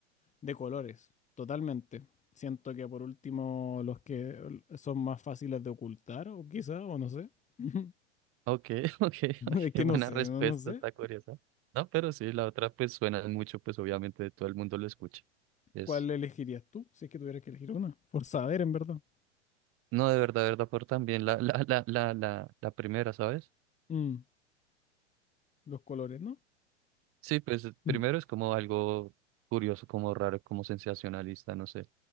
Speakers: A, on the left (about 20°); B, on the right (about 40°).
A: de colores, totalmente. Siento que por último los que son más fáciles de ocultar, o quizá, o no sé. <laughs>
B: Ok, <laughs> ok, ok,
A: Es que no
B: buena
A: sé,
B: respuesta,
A: no, no sé.
B: está curiosa. No, pero sí, la otra pues suena mucho, pues obviamente todo el mundo lo escucha. Es,
A: ¿Cuál elegirías tú si es que tuvieras que elegir una? Por saber, en verdad.
B: no, de verdad, de verdad, por también la, la, la, la, la, la primera, ¿sabes?
A: Mm, los colores, ¿no?
B: Sí, pues
A: <laughs>
B: primero es como algo curioso, como raro, como sensacionalista, no sé.